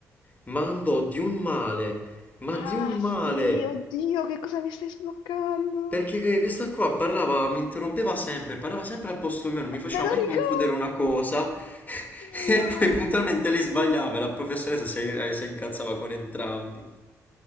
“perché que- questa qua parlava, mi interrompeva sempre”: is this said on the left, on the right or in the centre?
Left